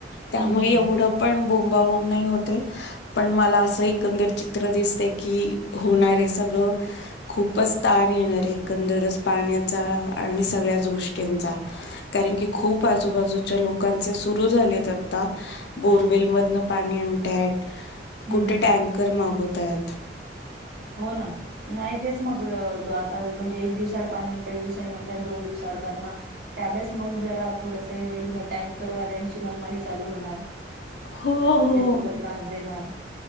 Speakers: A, on the left; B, on the right.
A: त्यामुळे
B: हं, हं.
A: एवढंम पण बोंबाबोंब नाही होते पण मला अस एकंदर चित्र दिसते कि होणारे सगळ खूपच ताण येणार हे एकंदरच पाण्याचा आणि सगळ्याच गोष्टींचा. कारण की खूप आजूबाजूच्या लोकांचे सुरू झालेत अआ आता बोरवेल
B: हो.
A: मधन पाणी आणताय.
B: हं,
A: कुठे
B: हं.
A: टँक कर मागवतय.
B: हो ना. नाही तेच मग आता म्हणजे एक दिवसाआड पाणी आहे, काही दिवसांनी म्हणताय दोन दिवस अड करणार. त्यावेळेस मग जरा थोडस हे होईल मग टँकरवाल्यांची मनमाणी चालू होणार.
A: हो हो
B: ते लोकं त्रास देणार.